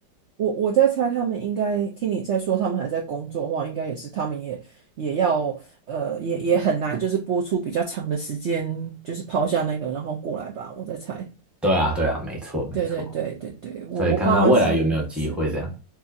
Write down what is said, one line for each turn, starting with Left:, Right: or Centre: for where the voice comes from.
Right: 我我在猜，他们应该听你在说，他们还在工作的话，应该也是他们也也要呃，也也很难，就是播出比较长的时间，就是抛下那个，然后过来吧。我在猜，
Centre: 对啊，对啊，没错，没错。
Right: 对对对对对，我我爸妈是是，
Centre: 所以看看未来有没有机会这样。